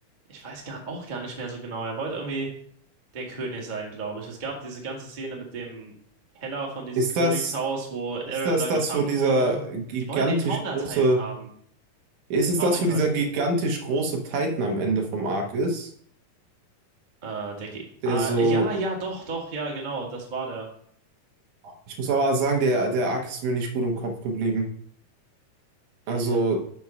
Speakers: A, on the right; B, on the right.
A: ich weiß gar, auch gar nicht mehr so genau. Er wollte irgendwie der König sein, glaube ich. Es gab diese ganze Szene mit dem Keller von diesem
B: Ist
A: Königshaus,
B: das,
A: wo
B: ist
A: Aaron
B: das
A: dann
B: das,
A: gefangen
B: wo dieser
A: wurde.
B: gigantisch
A: Die wollten den Founder
B: große,
A: Titan haben.
B: ist
A: Den
B: es
A: Founding
B: das, wo
A: Titan.
B: dieser gigantisch große Titan am Ende vom Arc ist?
A: Äh, der Ge
B: Der
A: ah,
B: so,
A: ja, ja, doch, doch, ja, genau, das war der.
B: ich muss aber sagen, der, der Arc ist mir nicht gut im Kopf geblieben.
A: Ähm,
B: Also